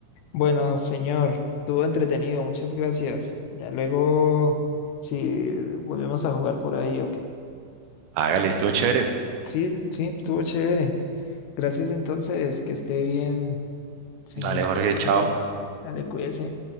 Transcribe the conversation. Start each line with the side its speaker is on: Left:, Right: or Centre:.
Left: Bueno, señor, estuvo entretenido. Muchas gracias. Ya luego, si volvemos a jugar por ahí o qué.
Right: Hágale, estuvo chévere.
Left: Sí, sí, estuvo chévere. Gracias entonces. Que esté bien, señor
Right: Dale, Jorge,
Left: Juanjo.
Right: chao.
Left: Dale, cuídese.